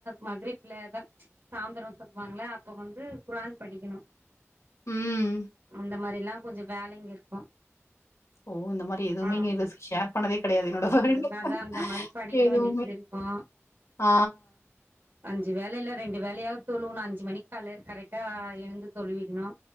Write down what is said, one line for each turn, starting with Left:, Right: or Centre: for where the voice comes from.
Right: மக்ரிப் லதா சாந்திரோ சொல்வாங்கள அப்ப வந்து குரான் படிக்கணு
Left: ம்
Right: இந்த மாரிலா கொஞ்சோ வேலைங்க இருக்கூ
Left: ஓ! இந்த மாரி எதுவுமே
Right: ஆ
Left: இங்க
Right: ம்
Left: இது ஷேர் பண்ணதே கிடையாது என்னோட பர்த்டே
Right: அததா அந்த மாரி படிக்க
Left: எதுவுமே.
Right: வேண்டிது ஆ
Left: ஆ
Right: அஞ்சு வேலைல ரெண்டு வேலையாவ்து தொழுவுணு அஞ்சு மணிக்கால கரெக்டா எழுந்து தொழுவீர்ணு